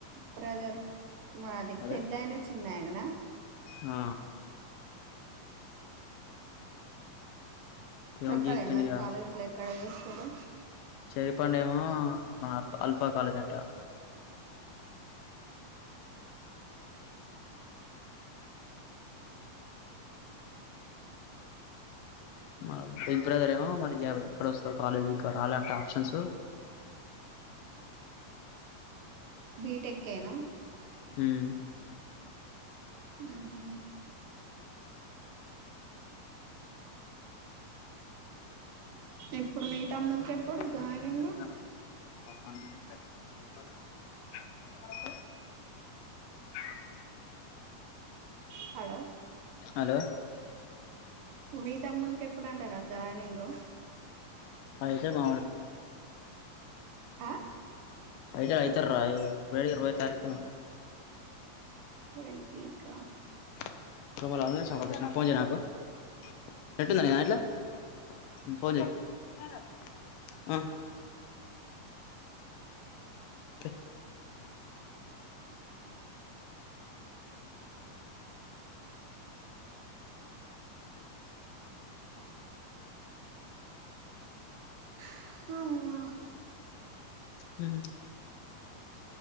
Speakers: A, on the right; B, on the left.
A: బ్రదర్ మాది
B: అదే
A: పెద్ద ఆయన చిన్న ఆయననా
B: ఆ ఏమో
A: చెప్పాలే
B: గీక్తుండు
A: మరి
B: ఇక
A: కాలేజ్ లైఫ కడిగేస్తారు
B: చెరిపండు ఏమో మా అల్ఫా కాలేజ్ అంట మన బిగ్ బ్రదర్ ఏమో మరి ఎక్కడ వస్తారు కాలేజీ ఇంకా రాలంటే ఆప్షన్స్
A: బి టెక్ ఏనా
B: ఉమ్
A: ఉహూ ఎప్పుడు మీ
B: ట
A: తమ్మునికి ఎప్పుడు జాయినింగ్
B: ఎ
A: హలో
B: హలో
A: మీతమ్మునీకి ఎప్పుడు అంటారా జాయిన్ంగ్
B: పైస మమకు
A: ఆ
B: ఐతే అయితార వళ ఇరవై తారీకుు
A: ట్వంటీ కా
B: ఫోన్ నాకుందట్లా ఫోన్ హ
A: అ
B: హ